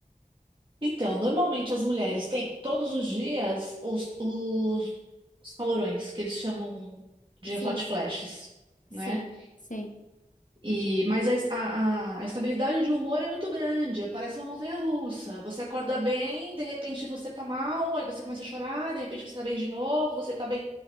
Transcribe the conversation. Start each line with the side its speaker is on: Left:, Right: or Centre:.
Right: Então, normalmente as mulheres têm todos os dias os, os, os calorões, que eles chamam de
Left: Sim.
Right: hot flashes, né?
Left: Sim, sim.
Right: E, mas a, a, a estabilidade de humor é muito grande, parece uma montanha-russa. Você acorda bem, de repente você tá mal, aí você começa a chorar, de repente você tá bem de novo, você tá bem.